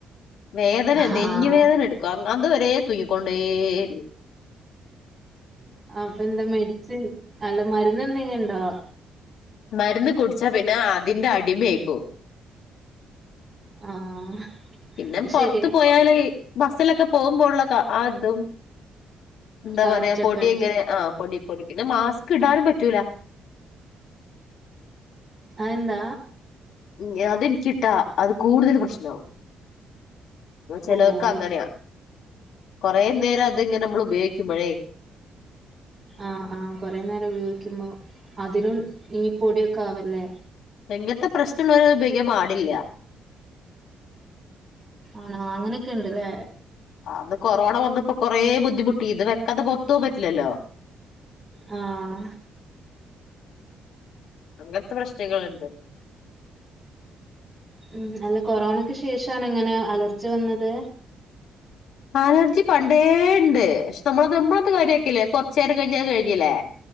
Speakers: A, on the left; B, on the right.
A: വേദന
B: ആഹ്
A: നെഞ് വേദന എടുക്കും അങ്ങ- അതുവരേ തൂയിക്കൊണ്ടെയിരിക്കും
B: അപ്പൊ എന്താ മെഡിസിൻ അല്ല മരുന്ന് എന്തെങ്കി ണ്ടോ
A: മരുന്ന് കുടിച്ച പിന്നെ അതിന്റെ അടിമയായ്പോ
B: ആഹ്
A: പിന്നെ പൊർത്
B: ശരിയാ
A: പോയാല് ബസ്സിലൊക്കെ പോകുമ്പോ ഉള്ള ആഹ് ഇതും എന്താ
B: കാറ്റൊക്കെ
A: പറയാ പൊടി
B: അടിച്ച്
A: എങ്ങനെ ആഹ് പൊടി പിന്നെ മാസ്ക് ഇടാനും പറ്റൂല
B: അതന്താ
A: <unintelligible> അതിൻക്കിട്ടാ അത് കൂടുതൽ പ്രശ്നാവും ചെലോർക്ക്
B: ഓഹ്
A: അങ്ങനെയ കൊറ നേരം അത്ങ്ങനെ നമ്മൾ ഉപയോഗിക്കുമ്പോഴേ
B: ആഹ് ആഹ് കുറെേ നേരം ഉപയോഗിക്കുമ്പോ അതിലും ഈ പൊടിയൊക്കെ ആവല്ലേ
A: ഇങ്ങത്തെ പ്രശ്നള്ളോര് അത് ഉപയോഗിക്കാൻ പാടില്ല
B: ആണോ അങ്ങനൊക്കെ ഉണ്ട്ല്ലേ
A: അന്ന് കൊറോണ വന്നപ്പോ കൊറെ ബുദ്ധിമുട്ടി ഇത് വെക്കാെതെ പൊർത്ത്പോവാം പറ്റില്ലല്ലോ
B: ഉം.
A: അങ്ങനത്തെ പ്രശ്നങ്ങള്ണ്ട്
B: ഉം അല്ല കൊറോണക്ക് ശേഷണ് ഇ ങ്ങനെ അലർജി വന്നത്
A: അലർജി പണ്ടേ ണ്ട് പക്ഷെ നമ്മളത് കാര്യക്കില്ല കൊറച്ച് നേരം കഴിഞ്ഞ കഴിഞ്ഞില്ലേ